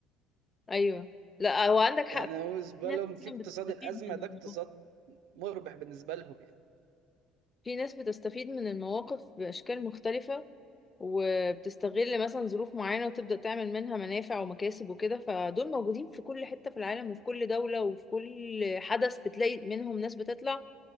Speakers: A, on the left; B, on the right.
A: ايوه لا هو عندك حق
B: يعني هو بالنسبه
A: في ناس
B: لهم في
A: فعلا
B: اقتصاد
A: بتستفيد
B: الازمه
A: من
B: ده
A: الموضوع
B: اقتصاد مربح بالنسبه لهم يعني
A: في ناس بتستفيد من المواقف بأشكال مختلفة وبتستغل مثلا ظروف معينة وتبدأ تعمل منها منافع ومكاسب وكده فدول موجودين في كل حتة في العالم وفي كل دولة وفي كل حدث بتلاقي منهم ناس بتطلع